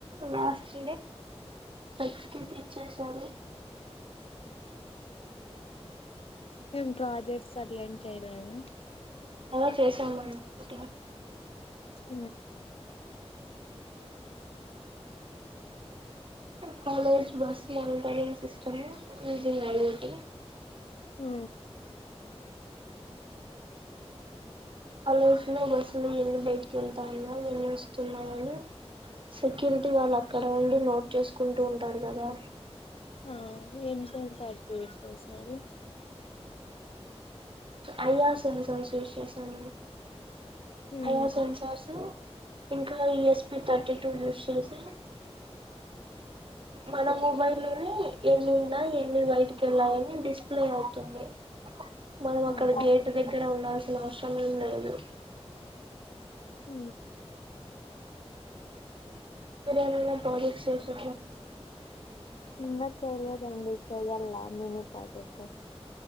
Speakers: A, on the right (about 50°); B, on the left (about 60°).
A: వస్ ఎక్స్కెట్ ఇచ్చసారు
B: ఏం ప్రాజెక్ట్స్ అట్ల ఏమి చెయలేదా
A: అలా చేసామన్నట
B: హ అ
A: కాలజ్ బస్ మంట చ మీజ తో
B: హ
A: కాలజ్ లో బస్సులు ఎన్ని బయటికి వెళ్తా ఉన్నా ఎన్ని వస్తున్నాయని సెక్యూరిటీ వాళ్ళు అక్కడ ఉండి నోట్ చేసుకుంటూ ఉంటారు కదా
B: ఆ ఏ విష సార్ చూ విస్తు మారు
A: అయ్యా స సాశ విశవాసం
B: ఉమ్.
A: అయ్యో సంసార్సు ఇంకా ఈఎస్పి థర్టీ టూ యూస్ చేసి మన మబైల్ ఎన్ని ఉన్నా ఎన్ని బయట లాని డిస్ప్లే అవుతుంది మనం అక్కడ
B: ఆహా
A: గేట్ ఉసిన ఆశంగా ఉన్నాయిదు
B: హ
A: మీరేమైనా పాల చేషా
B: ఇకా చేయలేదండి చెయ్యాల మిన ప్రాజెక్ట్